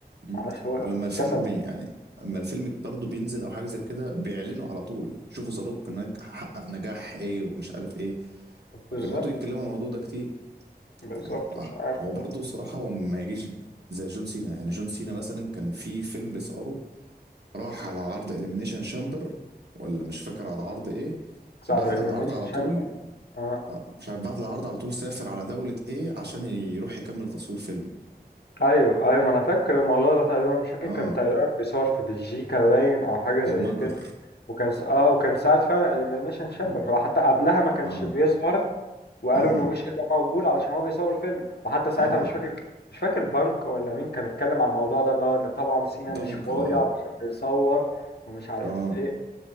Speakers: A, on the right; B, on the left.
A: مم.
B: معرفش هو
A: ولما الفيلم
B: كسل
A: بي يعني اما الفيلم برضه بينزل او حاجه زي كده بيعلنوا على طول شوفوا زاروك نج- حقق نجاح ايه ومش عارف ايه
B: بالظبط
A: بيقعدوا يتكلموا عن الموضوع ده كتير
B: بالظبط
A: يعني ع-
B: مش عارف
A: هو برضه صراحه هو ما يجيش زي جون سينا يعني جون سينا مثلا كان في فيلم بيصوره راح على عرض اليمينيشن شامبر ولا مش فاكر على عرض ايه
B: ساعة
A: بعد
B: الإليمينيشن
A: العرض على
B: شامبر
A: طول
B: اه
A: آه، مش عارف بعد العرض على طول سافر على دولة ايه عشان يروح يكمل تصوير فيلم
B: أيوه أيوه ما أنا فاكر الموضوع ده تقريبا مش فاكر
A: اه
B: كان تقريبا بيصور في بلجيكا باين أو حاجة زي
A: المجر
B: كده وكان س... اه وكان ساعة فعلا الإليمينيشن شامبر
A: اه
B: هو حتى قبلها ما كانش
A: اه
B: بيظهر وقالوا
A: اه
B: انه مش هيبقى موجود علشان هو بيصور فيلم وحتى ساعتها
A: آه.
B: مش فاكر مش فاكر بنك ولا مين كان اتكلم على الموضوع ده اللي هو ان طبعا سينا
A: بنك
B: مش فاضي
A: اه
B: علشان بيصور ومش عارف
A: اه
B: ايه